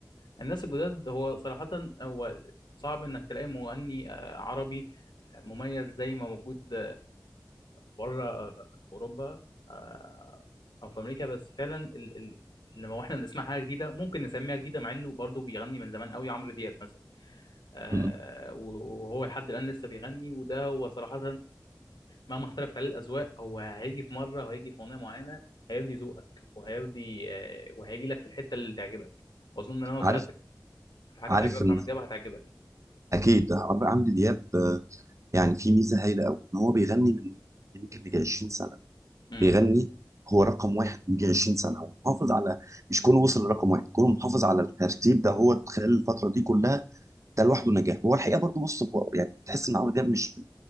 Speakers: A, on the left; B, on the right.
A: الناس الجداد هو صراحة هو صعب إنك تلاقي مغني آه، عربي آه، مميز زي ما موجود بره في أوروبا آه، أو في أمريكا بس فعلا ال- ال- لما احنا بنسمع حاجة جديدة ممكن نسميها جديدة مع إنه برضه بيغني من زمان قوي عمرو دياب مثلا آه،
B: م- م.
A: وهو لحد الآن لسه بيغني وده هو صراحة مهما اختلفت عليه الأذواق هو هيجي في مرة وهيجي في أغنية معينة هيرضي ذوقك وهيرضي آه، وهيجي لك في الحتة اللي تعجبك وأظن إن أنا لو
B: عارف
A: سألتك في حاجه
B: عارف
A: تعجبك
B: ان
A: عمرو دياب هتعجبك يعني
B: اكيد عمرو عمرو دياب آه، يعني في ميزه هايله قوي ان هو بيغني من يمكن يجي 20 سنه
A: امم
B: بيغني هو رقم واحد من يجي 20 سنه ومحافظ على مش كونه وصل لرقم واحد كونه محافظ على الترتيب ده هو خلال الفتره دي كلها ده لوحده نجاح هو الحقيقه برضه بص هو يعني تحس ان عمرو دياب مش